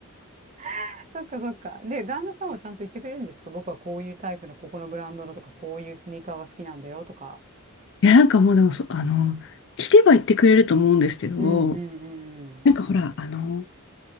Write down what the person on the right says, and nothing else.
あ、そっかそっか。で、旦那さんはちゃんと言ってくれるんですか僕はこういうタイプの、ここのブランドのとか、こういうスニーカーが好きなんだよとか。
うんうんうん。